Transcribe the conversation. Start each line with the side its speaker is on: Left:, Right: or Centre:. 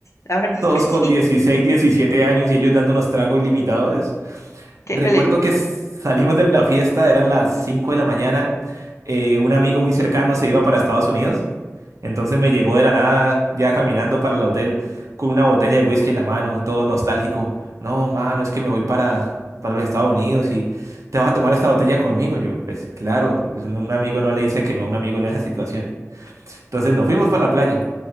Left: la verdad
Right: Todos
Left: es que sí.
Right: con 16, 17 años y ellos dándonos trago ilimitado.
Left: <laughs> Qué
Right: Recuerdo
Left: peligro.
Right: que salimos de la fiesta, eran las 5 de la mañana. eh, un amigo muy cercano se iba para Estados Unidos. Entonces me llegó de la nada, ya caminando para el hotel, con una botella de whisky en la mano, todo nostálgico. No, mano, es que me voy para, para los Estados Unidos y te vas a tomar esta botella conmigo. Yo, pues claro, es un, un amigo no le dice que no a un amigo en esas situaciones. Entonces nos fuimos para la playa.